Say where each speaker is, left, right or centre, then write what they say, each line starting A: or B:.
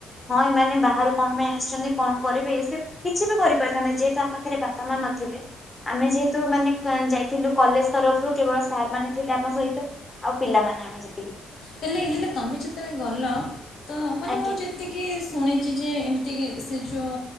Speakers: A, on the left; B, on the left.
A: ହଁ ଏମାନେ ବାହାରୁ କଣ ପାଇଁ ଆସିଛନ୍ତି କଣ କରିବେ ଏ ସେ କିଛି ବି କରିପାରିଥାନ୍ତେ ଯେହେତୁ ଆମ ପାଖରେ ବା ପା ମା ନଥିଲେ। ଆମେ ଯେହେତୁ ମାନେ ଯାଇଥିଲୁ କଲେଜ ତରଫରୁ କେବଳ ସାର୍ ମାନେ ଥିଲେ ଆମ ସହିତ। ଆଉ ପିଲାମାନେ ଆମେ ଯେ
B: ହେଲେ ହେଲେ ତମେ ଯେତେବେଳେ ଗଲ ତ ମାନେ
A: ଆଜ୍ଞା
B: ମୁଁ ଯେତିକି ଶୁଣି। ହେଇଛି ଯେ ଏମିତିକ ସେ ଯୋଉ